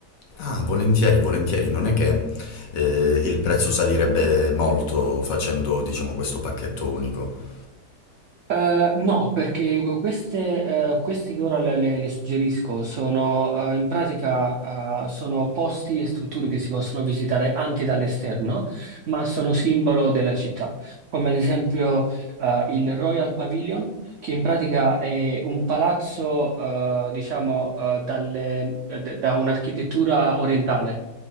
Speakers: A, on the left (about 65°); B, on the right (about 80°).
A: Ah, volentieri, volentieri, non è che eh, il prezzo salirebbe molto facendo, diciamo, questo pacchetto unico.
B: Eh, no, perché queste, eh, queste che ora le, le- le suggerisco sono eh, in pratica eh, sono posti e strutture che si possono visitare anche dall'esterno, ma sono simbolo della città, come ad esempio eh, il Royal Pavilion, che in pratica è un palazzo, eh, diciamo, eh, dalle- eh, d- da un'architettura orientale.